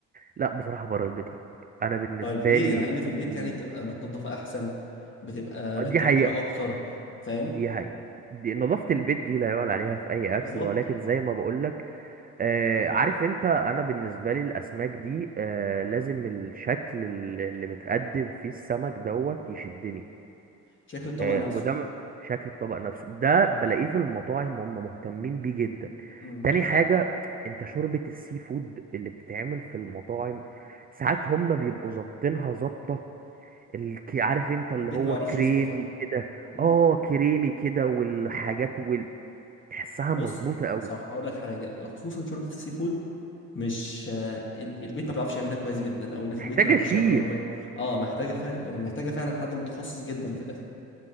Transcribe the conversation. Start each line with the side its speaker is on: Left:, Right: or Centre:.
Right: لا بصراحة بره البيت اكتر انا بالنسبة
Left: طيب ليه
Right: لي
Left: مع ان في البيت
Right: ال-
Left: يعني بتبقى متنظفه احسن بتبقى متبله
Right: دي حقيقة
Left: اكتر فاهم
Right: دي حقيقة دي نظافة البيت دي لا يعلى عليها في اي اكل
Left: بالظبط
Right: ولكن زي ما بقولك آه، عارف انت انا بالنسبه لي الاسماك دي آه، لازم الشكل ال- اللي متقدم فيه السمك دوت يشدني
Left: شكل الطبق
Right: آه،
Left: نفسه
Right: وده م- شكل الطبق نفسه ده بلاقيه في المطاعم هم مهتمين بيه جدا
Left: امم
Right: تاني
Left: دي حقيقه
Right: حاجه انت شوربه السي فود اللي بتتعمل في المطاعم ساعات هم بيبقوا ظابطينها ظابطه الك- عارف انت اللي
Left: البيت
Right: هو
Left: ما يعرفش
Right: كريمي
Left: يظبطها
Right: كده
Left: امم
Right: اه كريمي كده والحاجات وال- تحسها
Left: بص
Right: مظبوطه قوي
Left: صح هقول لك حاجه خصوصا شوربه السي فود مش آه، ال- البيت ما بيعرفش يعملها كويس جدا او اللي
Right: محتاجه
Left: في البيت ما بيعرفوش
Right: شيف
Left: يعملوها كويس اه محتاجه فا... محتاجه فعلا حد متخصص جدا في ده